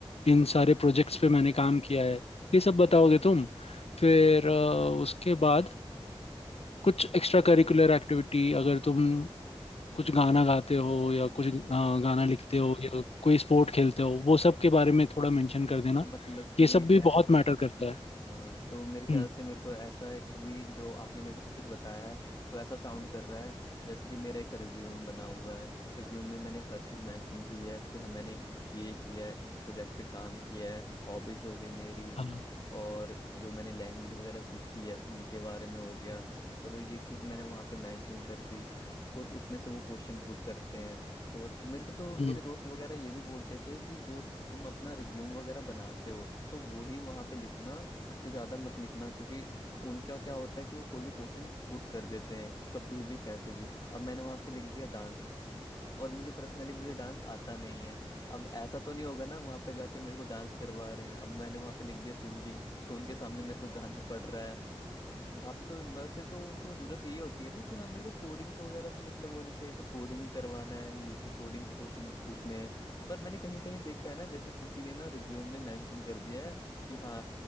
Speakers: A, on the left (about 75°); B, on the left (about 40°).
A: इन सारे प्रोजेक्ट्स पे मैंने काम किया है ये सब बताओगे तुम फिर
B: हम्म,
A: अ, उसके बाद कुछ एक्स्ट्रा करिकुलर एक्टिविटी अगर तुम कुछ गाना गाते हो या कुछ अ, गाना लिखते हो या कोई स्पोर्ट खेलते हो वो सब के बारे में थोड़ा मेंशन कर देना
B: मतलब कि
A: ये सब
B: ऐसा
A: भी बहुत मैटर
B: है।
A: करता है
B: हाँ तो मेरे ख्याल
A: हम्म
B: से मेरे को ऐसा है अभी जो आपने मेरे को सब कुछ बताया है तो ऐसा साउंड कर रहा है जैसे कि मेरा एक रिज्यूम बना हुआ है रिज्यूम में मैंने हर चीज़ मेंशन की है कि हाँ मैंने ये ये किया है इस प्रोजेक्ट पे काम किया है हॉबीज़ हो गई मेरी
A: हाँ
B: और जो मैंने लैंग्वेज वगैरह सीखी है उनके बारे में हो गया चलो ये चीज़ मैंने वहाँ पे मेंशन कर दी और उसमें से वो क्वेश्चन पुट करते हैं और मेरे को तो मेरे
A: हम्म
B: दोस्त वगैरह ये भी बोलते थे कि जो तुम अपना रिज्यूम वगैरह बनाते हो तो वो ही वहाँ पे लिखना उससे ज़्यादा मत लिखना क्योंकि उनका क्या होता है कि वो कोई भी क्वेश्चन पुट कर देते हैं कभी भी कैसे भी अब मैंने वहाँ पे लिख दिया डांस और मुझे पर्सनली मुझे डांस आता नहीं है अब ऐसा तो नहीं होगा ना वहाँ पे जाके मेरे को डांस करवा रहे हैं अब मैंने वहाँ पे लिख दिया सिंगिंग तो उनके सामने मेरे को गाना पड़ रहा है वहाँ पे तो मतलब सिर्फ तो उनको जरूरत यही होती है ना कि हाँ मेरे को कोडिंग्स वगैरह से मतलब होनी चाहिए तो कोडिंग ही करवाना है ये सब कोडिंग के क्वेश्चन पूछने हैं पर मैंने कहीं कहीं देखा है ना जैसे किसी ने ना रिज्यूम में मेंशन कर दिया है कि हाँ